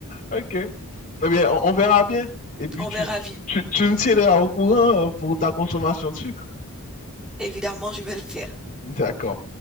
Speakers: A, on the left (about 40°); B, in the centre.
A: OK. Eh bien, on, on verra bien. Et puis,
B: on
A: tu,
B: verra bien.
A: tu, tu me tiendras au courant pour ta consommation de sucre.
B: Évidemment, je vais le faire.
A: D'accord.